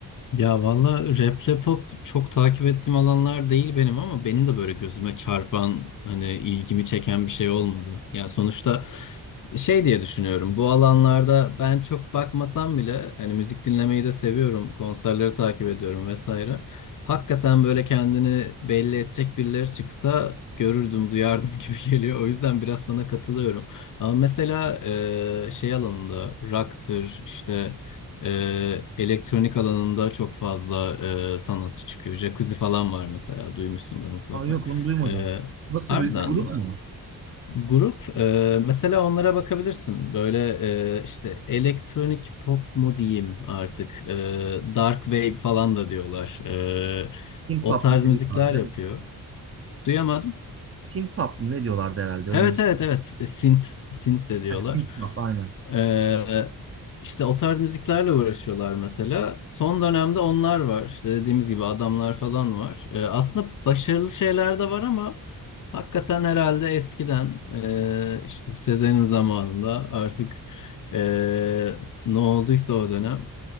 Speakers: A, on the left; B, on the right.
A: Ya valla raple pop çok takip ettiğim alanlar değil benim ama benim de böyle gözüme çarpan hani ilgimi çeken bir şey olmadı. Ya sonuçta şey diye düşünüyorum bu alanlarda ben çok bakmasam bile hani müzik dinlemeyi de seviyorum konserleri takip ediyorum vesaire. Hakikaten böyle kendini belli edecek birileri çıksa görürdüm duyardım <laughs> gibi geliyor o yüzden biraz sana katılıyorum. Ama mesela e, şey alanında rock'tır işte ee, elektronik alanında çok fazla e, sanatçı çıkıyor. Jacuzzi falan var mesela duymuşsundur mutlaka.
B: Aa, yok onu duymadım.
A: Ee,
B: Nasıl
A: harbiden
B: bir grup
A: mi?
B: mu?
A: Grup e, mesela onlara bakabilirsin. Böyle e, işte elektronik pop mu diyeyim artık. E, dark wave falan da diyorlar. E,
B: Simpap
A: o tarz
B: mı ne
A: müzikler
B: diyorlar değil
A: yapıyor.
B: mi?
A: Duyamadım.
B: Simpap mı ne diyorlardı herhalde öyle
A: Evet
B: bir şey.
A: evet evet. Synth, synth de diyorlar.
B: Ha, synth pop aynen.
A: Ee, işte o tarz müziklerle uğraşıyorlar mesela. Son dönemde onlar var. İşte dediğimiz gibi adamlar falan var. Ee, aslında başarılı şeyler de var ama hakikaten herhalde eskiden ee, işte bu Sezen'in zamanında artık ee, ne olduysa o dönem